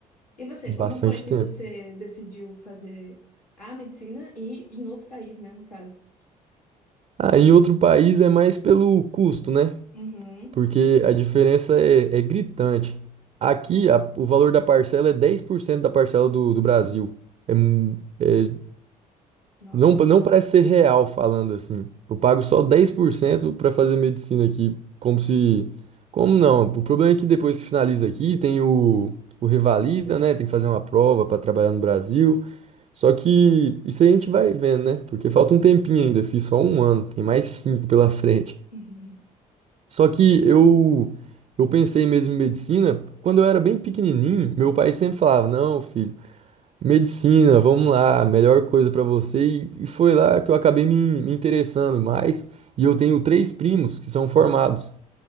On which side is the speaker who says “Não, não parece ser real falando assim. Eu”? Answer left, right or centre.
Right